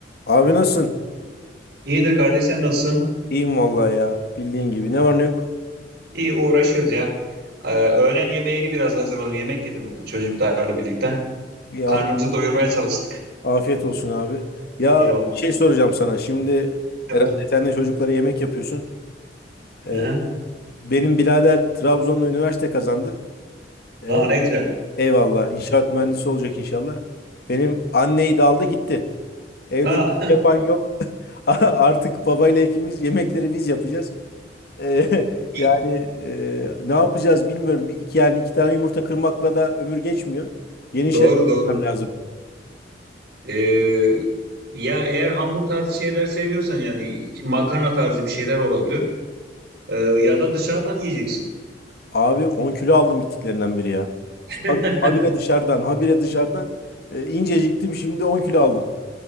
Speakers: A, on the left; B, on the right.
A: Abi nasılsın?
B: İyidir kardeş sen nasılsın?
A: İyiyim vallahi ya. Bildiğin gibi. Ne var ne yok?
B: İyi uğraşıyoruz ya. Ee, öğlen yemeğini biraz hazırladım. Yemek yedim çocuklarla birlikte.
A: İyi
B: Karnımızı
A: af-
B: doyurmaya çalıştık.
A: afiyet olsun abi. Ya
B: Eyvallah.
A: şey soracağım sana. Şimdi
B: Ha,
A: herhalde
B: buyur.
A: sen de çocuklara yemek yapıyorsun. Ee,
B: Aha.
A: benim birader Trabzon'da üniversite kazandı. Ee,
B: Ha, ne güzel.
A: eyvallah. İnşaat mühendisi olacak inşallah. Benim anneyi de aldı gitti. Evde
B: Ha.
A: yemek yapan yok. <laughs> Artık babayla ikimiz yemekleri biz yapacağız. Eee, <laughs>
B: <laughs> İyi.
A: yani eee, ne yapacağız bilmiyorum. Bir, iki, yani iki tane yumurta kırmakla da ömür geçmiyor. Yeni
B: Doğru
A: şeyler
B: doğru.
A: yapmam lazım.
B: Ee, ya eğer hamur tarzı şeyler seviyorsan yani makarna tarzı bir şeyler olabilir. Ee, ya da dışarıdan yiyeceksin.
A: Abi on kilo aldım gittiklerinden beri ya.
B: <laughs>
A: Hab- Habire dışarıdan, habire dışarıdan. Eee, inceciktim şimdi 10 kilo aldım.